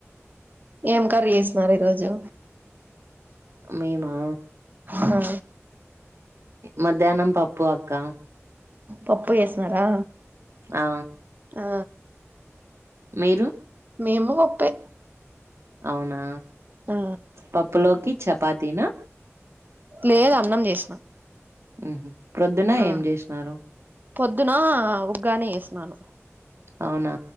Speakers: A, on the right; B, on the right.
A: ఏం కర్రీ చేసినారు ఈరోజు
B: మేమా
A: హా
B: మధ్యాహ్నం పప్పు అక్క
A: పప్పు జేసినారా
B: ఆ
A: ఆ
B: మీరు
A: మేము పప్పే
B: అవునా
A: ఆ
B: పప్పులోకి చపాతీనా
A: లేదు అన్నం చేసిన
B: హుహు. ప్రొద్దున
A: ఆ
B: ఏం జేషినారు?
A: పొద్దున ఉగ్గాని ఏసినాను
B: అవునా